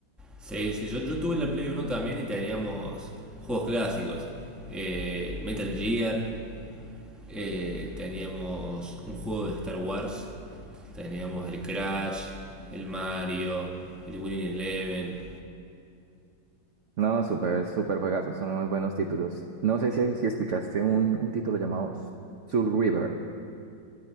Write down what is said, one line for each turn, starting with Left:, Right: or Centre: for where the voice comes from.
Centre: Sí, sí, yo, yo tuve la Play uno también y teníamos juegos clásicos. Eh, Metal Gear, eh, teníamos un juego de Star Wars, teníamos el Crash, el Mario, el Winning Eleven.
Right: No, súper, súper juegazos, son muy buenos títulos. No sé si, si escuchaste un, un título llamado Soul River.